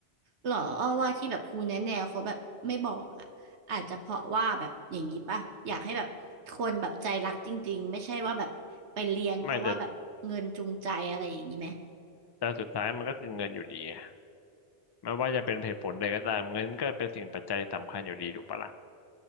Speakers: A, on the right (about 85°); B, on the left (about 35°).
A: หรออ้อว่าที่แบบครูแนะแนวเขาแบบไม่บอกอ่ะอาจจะเพราะว่าแบบอย่างนี้ป่ะอยากให้แบบคนแบบใจรักจริงๆไม่ใช่ว่าแบบไปเรียนเพราะว่าแบบเงินจูงใจอะไรอย่างนี้ไหม
B: ไม่แต่แต่สุดท้ายมันก็คือเงินอยู่ดีไงไม่ว่าจะเป็นเหตุผลใดก็ตามเงินก็เป็นสิ่งปัจจัยสำคัญอยู่ดีถูกปะล่ะ